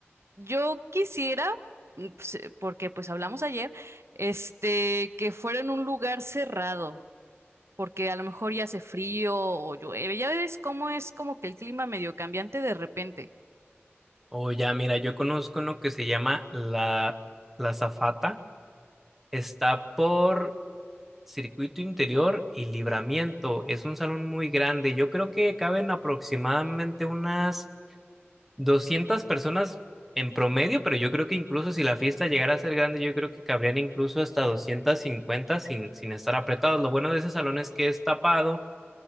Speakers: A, on the right; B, in the centre.
A: Yo quisiera, mm, pues, eh, porque pues hablamos ayer, este, que fuera en un lugar cerrado, porque a lo mejor ya hace frío o llueve, ya ves cómo es como que el clima medio cambiante de repente.
B: O ya, mira, yo conozco uno que se llama La, La Zafata. Está por Circuito interior y libramiento. Es un salón muy grande. Yo creo que caben aproximadamente unas 200 personas en promedio, pero yo creo que incluso si la fiesta llegara a ser grande, yo creo que cabrían incluso hasta 250 sin, sin estar apretados. Lo bueno de ese salón es que es tapado